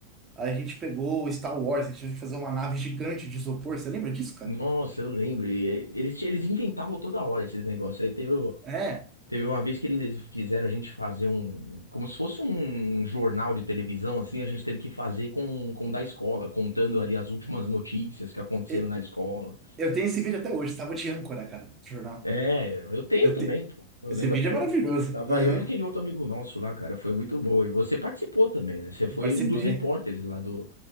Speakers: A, on the right (about 25°); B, on the left (about 85°).
A: A gente pegou o Star Wars, a gente teve que fazer uma nave gigante de isopor. Você lembra disso, cara?
B: Nossa, eu lembro. E, é, Eles, ti- eles inventavam toda hora esses negócios. Aí teve, o-
A: É.
B: teve uma vez que eles fizeram a gente fazer um. Como se fosse um jornal de televisão, assim. A gente teve que fazer com, com o da escola, contando ali as últimas notícias que aconteceram
A: e-
B: na escola.
A: Eu tenho esse vídeo até hoje, tava de âncora, cara, do jornal.
B: É, eu tenho
A: Eu
B: também,
A: te-
B: pô. Eu
A: Esse
B: lembro
A: vídeo
B: até
A: é
B: hoje.
A: maravilhoso.
B: Tava
A: Aham.
B: eu e aquele outro amigo nosso lá, cara. Foi muito bom. E você participou também, né? Você foi
A: Participei.
B: um dos repórteres lá do,